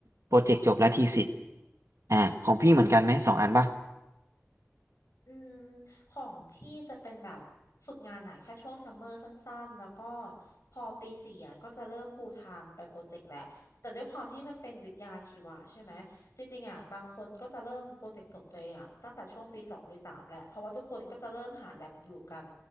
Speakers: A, on the right; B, on the left.
A: โปรเจกต์จบและทีสิทธิ์อ่าของพี่เหมือนกันไหมสองอันป่ะ
B: อืมของพี่จะเป็นแบบฝึกงานหนะแค่ช่วงซัมเมอร์สั้นๆแล้วก็พอปีสี่อะก็จะเริ่มปูทางไปโปรเจกต์แหละแต่ด้วยความที่มันเป็นวิทยาชีวะใช่ไหมจริงๆอ่ะบางคนก็จะเริ่มโปรเจกต์จบตัวเองอ่ะตั้งแต่ช่วงปีสองปีสามแหละเพราะว่าทุกคนก็จะเริ่มหาแลบอยู่กัน